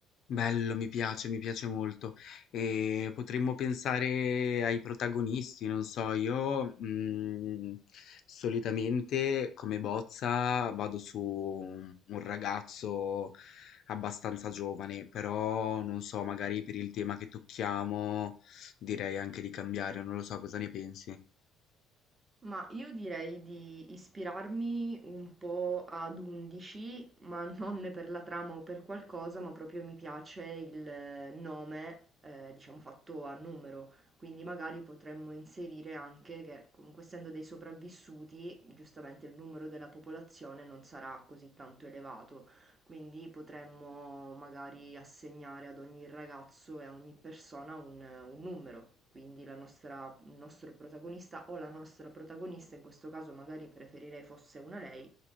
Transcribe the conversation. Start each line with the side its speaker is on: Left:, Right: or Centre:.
Left: Bello, mi piace, mi piace molto. Ehm, potremmo pensare ai protagonisti, non so, io, mhmm, solitamente come bozza vado su un un ragazzo abbastanza giovane, però non so, magari per il tema che tocchiamo direi anche di cambiare, non lo so, cosa ne pensi?
Right: Ma io direi di ispirarmi un po' ad 11, ma non per la trama o per qualcosa, ma proprio mi piace il nome, eh, diciamo fatto a numero. Quindi magari potremmo inserire anche che, comunque essendo dei sopravvissuti, giustamente il numero della popolazione non sarà così tanto elevato. Quindi potremmo magari assegnare ad ogni ragazzo e a ogni persona un, un numero. Quindi la nostra- il nostro protagonista o la nostra protagonista, in questo caso magari preferirei fosse una lei,